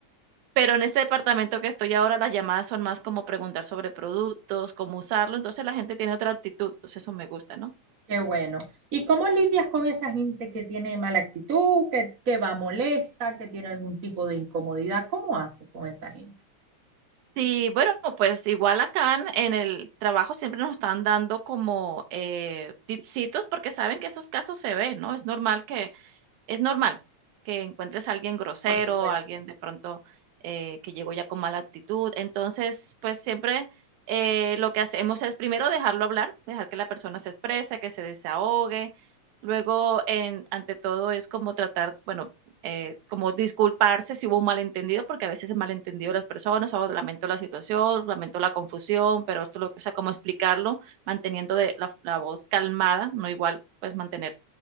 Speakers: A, on the right; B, on the right.
A: pero en este departamento que estoy ahora las llamadas son más como preguntar sobre productos, cómo usarlo, entonces la gente tiene otra actitud, entonces eso me gusta, ¿no?
B: qué bueno. ¿Y cómo lidias con esa gente que tiene mala actitud, que, que va molesta, que tiene algún tipo de incomodidad? ¿Cómo haces con esa gente?
A: Sí, bueno, pues igual acá en en el trabajo siempre nos están dando como eh, tipsitos porque saben que esos casos se ven, ¿no? Es normal que Es normal que encuentres a alguien grosero,
B: Por supuesto.
A: a alguien de pronto eh, que llegó ya con mala actitud. Entonces, pues siempre eh, lo que hacemos es primero dejarlo hablar, dejar que la persona se exprese, que se desahogue. Luego, en- ante todo, es como tratar, bueno, eh, como disculparse si hubo un malentendido, porque a veces es malentendido las personas, o lamento la situación, lamento la confusión, pero esto, lo, o sea, como explicarlo, manteniendo de la, la voz calmada, no igual, pues mantener